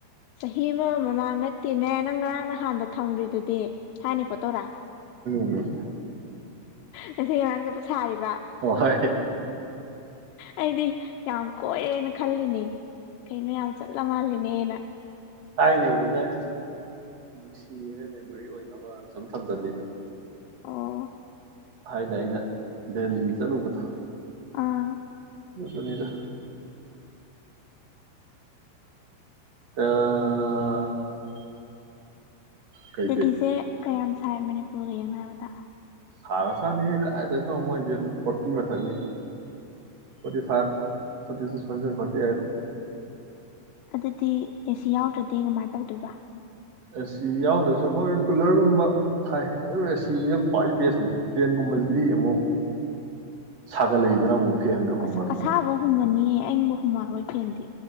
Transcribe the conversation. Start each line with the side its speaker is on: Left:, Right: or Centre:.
Left: ꯆꯍꯤ ꯑꯃ ꯃꯃꯥꯡ ꯅꯠꯇꯦꯅꯦ ꯅꯪ ꯉꯔꯥꯡ ꯅꯍꯥꯟ ꯍꯥꯟꯅ ꯊꯝꯈ꯭ꯔꯤꯗꯨꯗꯤ ꯊꯢꯅꯩ ꯐꯣꯇꯣꯔꯥ
Right: ꯎꯝ
Left: ꯉꯥꯁꯤ ꯉꯥꯔꯥꯡ ꯁꯥꯔꯤꯕ
Right: ꯍꯣꯏ
Left: ꯑꯩꯗꯤ ꯌꯥꯝ ꯀꯣꯏꯦꯅ ꯈꯜꯂꯤꯅꯤ ꯀꯩꯅꯣ ꯌꯥꯝ ꯆꯠꯂ ꯃꯥꯜꯂꯤꯅꯦꯅ
Right: ꯊꯥꯏꯅꯩꯅꯤꯗ ꯑꯩꯅ ꯁꯨꯝ ꯅꯨꯡꯁꯤꯌꯦꯅ ꯃꯦꯃꯣꯔꯤ ꯑꯣꯏꯅꯕ ꯁꯨꯝ ꯊꯝꯖꯤꯜꯂꯤꯅꯤ
Left: ꯑꯣ
Right: ꯍꯥꯏꯅ ꯑꯩꯅ ꯗꯦꯜꯂꯤ ꯆꯠꯂꯨꯕꯗꯣ
Left: ꯑꯥ
Right: ꯑꯗꯨꯗꯅꯤꯗ ꯑ ꯀꯩ
Left: ꯗꯦꯜꯂꯤꯁꯦ
Right: ꯀꯩ
Left: ꯀꯌꯥꯝ ꯁꯥꯏ ꯃꯅꯤꯄꯨꯔꯒ ꯌꯦꯡꯅ ꯍꯥꯏꯕꯗ
Right: ꯁꯥꯔ ꯁꯥꯅꯤꯍꯦꯛ ꯀꯥꯏꯗꯅꯣ ꯃꯣꯏꯗꯤ ꯑꯗꯨꯝ ꯐꯣꯔꯇꯤ ꯃꯊꯛꯅꯤ forty five forty six ꯐꯣꯔꯇꯦꯟ forty eight
Left: ꯑꯗꯨꯗꯤ ꯑꯦꯁꯤ ꯌꯥꯎꯗ꯭ꯔꯗꯤ ꯀꯃꯥꯏꯅ ꯇꯧꯗꯣꯏꯕ
Right: ꯑꯦꯁꯤ ꯌꯥꯎꯗ꯭ꯔꯁꯨ ꯍꯣꯏ ꯀꯨꯂꯔꯒꯨꯝꯕ ꯊꯥꯏ ꯑ ꯑꯦꯁꯤꯅ ꯈ꯭ꯋꯥꯏ ꯕꯦꯁꯅꯦ ꯐꯦꯟꯒꯨꯝꯕꯁꯤꯗꯤ ꯑꯃꯨꯛ ꯁꯥꯒꯠꯂꯛꯏꯗꯅ ꯑꯃꯨꯛ ꯐꯦꯟꯒ ꯍꯨꯝꯕꯁꯤꯗꯤ
Left: ꯑꯁ ꯑꯁꯥꯕ ꯍꯨꯝꯃꯥꯅꯤꯌꯦ ꯑꯉꯗꯣ ꯀꯨꯃꯥꯔꯣꯌ ꯍꯣꯏ ꯐꯦꯟꯗꯦ